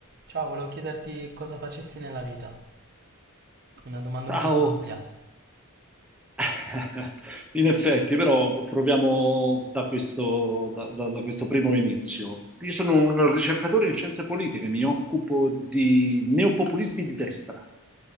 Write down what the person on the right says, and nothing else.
Ciao, volevo chiederti cosa facessi nella vita. Una domanda
un po' ampia.